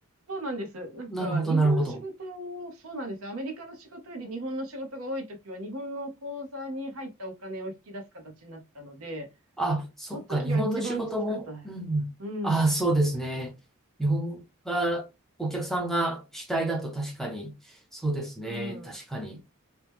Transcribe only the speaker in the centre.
なるほど、
なるほど。
あ、そっか、
日本の仕事も、うん。
あ、そうですね。日本が、お客さんが主体だと確かに、そうですね。
確かに。